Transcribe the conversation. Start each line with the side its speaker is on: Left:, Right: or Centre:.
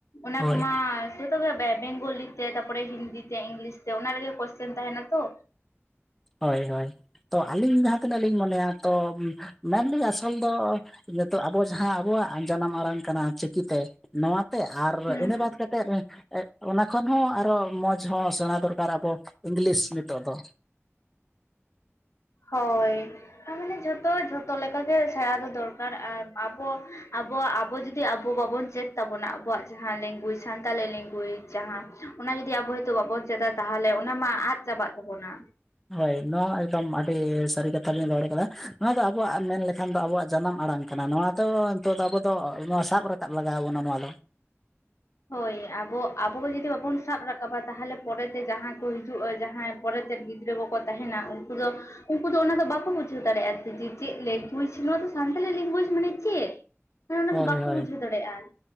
Left: ᱚᱱᱟ
Centre: ᱦᱳᱭ
Left: ᱠᱚᱢᱟ ᱡᱚᱛᱚ ᱵᱮᱝᱜᱚᱞᱤ ᱛᱮ ᱛᱟᱨᱯᱚᱨᱮ ᱦᱤᱱᱫᱤ ᱛᱮ ᱤᱝᱞᱤᱥ ᱛᱮ ᱚᱱᱟ ᱨᱮᱜᱮ ᱠᱚᱥᱪᱮᱱ ᱛᱟᱸᱦᱮᱱᱟ ᱛᱚ,
Centre: ᱦᱳᱭ ᱦᱳᱭ ᱛᱚ ᱟᱹᱞᱤᱧ ᱡᱟᱦᱟᱸ ᱛᱤᱱᱟᱹᱜ ᱞᱤᱧ ᱢᱚᱱᱮᱭᱟ ᱛᱚ, ᱢᱮᱱᱞᱤ ᱟᱥᱚᱞ ᱫᱚ ᱱᱤᱛᱚᱜ ᱟᱵᱚ ᱡᱟᱦᱟᱸ ᱟᱵᱚᱣᱟᱜ ᱡᱟᱱᱟᱢ ᱟᱲᱟᱝ ᱠᱟᱱᱟ ᱪᱤᱠᱤᱛᱮ ᱱᱚᱣᱟᱛᱮ ᱟᱨ
Left: ᱦᱩᱸ
Centre: ᱤᱱᱟᱹ ᱵᱟᱫ ᱠᱟᱛᱮ ᱮᱛᱮᱫ ᱚᱱᱟ ᱠᱷᱚᱱ ᱦᱚᱸ ᱟᱨᱚ ᱢᱚᱡᱽ ᱦᱚᱸ ᱥᱮᱬᱟ ᱫᱚᱨᱠᱟᱨ ᱟᱵᱚ ᱤᱝᱞᱤᱥ ᱱᱤᱛᱚᱜ ᱫᱚ
Left: ᱦᱳᱭ ᱟᱨ ᱢᱟᱱᱮ ᱡᱷᱚᱛᱚ ᱡᱷᱚᱛᱚ ᱞᱮᱠᱟᱜᱮ ᱥᱮᱬᱟ ᱫᱚ ᱫᱚᱨᱠᱟᱨ, ᱟᱨ ᱟᱵᱚ ᱟᱵᱚᱣᱟᱜ ᱟᱵᱚ ᱡᱩᱫᱤ ᱟᱵᱚ ᱵᱟᱵᱚᱱ ᱪᱮᱫ ᱛᱟᱵᱚᱱᱟ ᱟᱵᱚᱣᱟᱜ ᱡᱟᱦᱟᱸ ᱞᱮᱝᱜᱩᱭᱮᱡᱽ ᱥᱟᱱᱛᱟᱞᱤ ᱞᱮᱝᱜᱩᱭᱮᱡᱽ᱾ ᱡᱟᱦᱟᱸ ᱚᱱᱟ ᱡᱩᱫᱤ ᱟᱵᱚ ᱦᱚᱭᱛᱳ ᱵᱟᱵᱚᱱ ᱪᱮᱫᱟ ᱛᱟᱦᱚᱞᱮ ᱚᱱᱟ ᱢᱟ ᱟᱫ ᱪᱟᱵᱟᱜ ᱛᱟᱵᱚᱱᱟ᱾
Centre: ᱦᱳᱭ ᱱᱚᱣᱟ ᱮᱠᱫᱚᱢ ᱟᱹᱰᱤ ᱥᱟᱹᱨᱤ ᱠᱟᱛᱷᱟ ᱞᱤᱧ ᱨᱚᱲ ᱟᱠᱟᱫᱟ, ᱱᱚᱣᱟ ᱫᱚ ᱟᱵᱚᱣᱟᱜ ᱢᱮᱱ ᱞᱮᱠᱷᱟᱱ ᱫᱚ ᱟᱵᱚᱣᱟᱜ ᱡᱟᱱᱟᱢ ᱟᱲᱟᱝ ᱠᱟᱱᱟ ᱱᱚᱣᱟ ᱫᱚ ᱱᱤᱛᱚᱜ ᱫᱚ ᱟᱵᱚ ᱫᱚ ᱱᱚᱣᱟ ᱥᱟᱵ ᱨᱟᱠᱟᱵ ᱞᱟᱜᱟᱣ ᱵᱚᱱᱟ ᱱᱚᱣᱟ ᱫᱚ᱾
Left: ᱦᱳᱭ ᱟᱵᱚ, ᱟᱵᱚ ᱡᱩᱚᱫᱤ ᱵᱟᱵᱚᱱ ᱥᱟᱵ ᱨᱟᱠᱟᱵᱟ ᱛᱟᱦᱚᱞᱮ ᱯᱚᱨᱮᱛᱮ ᱡᱟᱦᱟᱸ ᱠᱚ ᱦᱤᱡᱩᱜᱼᱟ, ᱡᱟᱦᱟᱸ ᱯᱚᱨᱮᱛᱮ ᱜᱤᱫᱽᱨᱟᱹ ᱠᱚᱠᱚ ᱛᱟᱦᱮᱱᱟ, ᱩᱱᱠᱩ ᱫᱚ ᱩᱱᱠᱩ ᱫᱚ ᱚᱱᱟ ᱫᱚ ᱵᱟᱠᱚ ᱵᱩᱡᱷᱟᱹᱣ ᱫᱟᱲᱮᱭᱟᱜᱼᱟ, ᱪᱮᱫ ᱞᱮᱝᱜᱩᱭᱮᱡᱽ ᱱᱚᱣᱟ ᱫᱚ ᱥᱟᱱᱛᱟᱞᱤ ᱞᱮᱝᱜᱩᱭᱮᱡᱽ ᱢᱟᱱᱮ ᱪᱮᱫ? ᱢᱟᱱᱮ ᱚᱱᱟ
Centre: ᱦᱳᱭ
Left: ᱫᱚ ᱵᱟᱠᱚ
Centre: ᱦᱳᱭ
Left: ᱵᱩᱡᱷᱟᱹᱣ ᱫᱟᱲᱮᱭᱟᱜᱼᱟ᱾